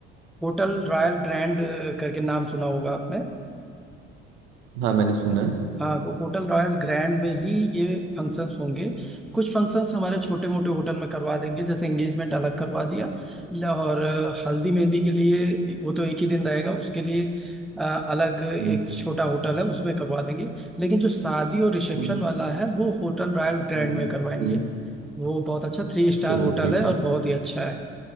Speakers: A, in the centre; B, on the right.
A: होटल रॉयल ग्रैंड करके नाम सुना होगा आपने
B: हाँ मैंने सुना है
A: हाँ तो होटल रॉयल ग्रैंड में ही ये फंक्शंस होंगे कुछ फंक्शंस हमारे छोटे मोटे होटल में करवा देंगे जैसे एंगेजमेंट अलग करवा दिया ल- और अ, हल्दी मेहंदी के लिए वो तो एक ही दिन रहेगा उसके लिए अ, अलग एक
B: हम्म
A: छोटा होटल है उसमें करवा देंगे लेकिन जो शादी और रिसेप्शन
B: हम्म
A: वाला है वो होटल रॉयल ग्रैंड
B: हम्म,
A: में करवाएंगे
B: हम्म,
A: वो बहुत अच्छा थ्री स्टार
B: चलो
A: होटल
B: ठीक
A: है और
B: है
A: बहुत ही अच्छा है